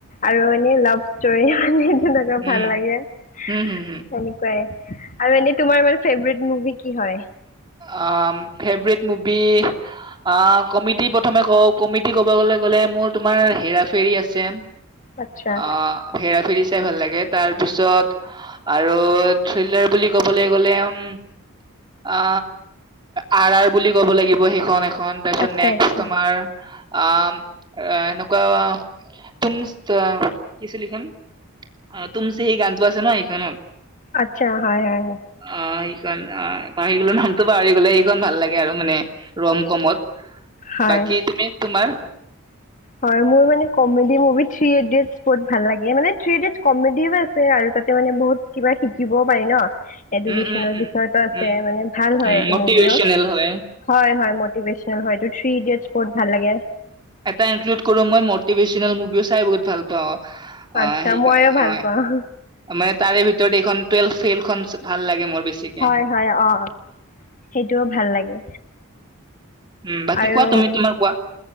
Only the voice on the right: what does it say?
উম
হম হম হম
আ ফেভৰেট মুভি অ, কমেডি। প্ৰথমে ক কমিডি ক'বলে গ'লে মোৰ তোমাৰ হেৰা ফেৰী আছে।
অ, হেৰা ফৰি চাই ভাল লাগে তাৰ তাৰ পিছত আৰু থ্ৰিলাৰ বুলি কবলৈ গ'লে উম আ, আৰআৰ বুলি ক'ব লাগিব সেইখন এখন তাৰপিছত
নেক্সট
তোমাৰ অ, সেনেকুৱা তুম কিছিল লিখন তুমচে হি গানটো আছে ন এখনত
অ সেইখন অ পাহৰি গল নামটো পাহৰি গলে সেইখন ভাল লাগে, আৰু মানে ৰম কমত।
বাকী তুমি তোমাৰ?
উম উম উম
উম
উম
মটিভেশ্যনেল
হয়
তটা ইনক্লুড কৰো মই মটিভেশ্যনেল মুভিও চাই বহুত ভাল পাওঁ। অ,
সেই
অ
মানে তাৰে ভিতৰত এইখন টুৱেলভ ফেইলখন ভাল লাগে মোৰ। বেছিকে
উম বাকী
কোৱা তুমি তোমাৰ কোৱা?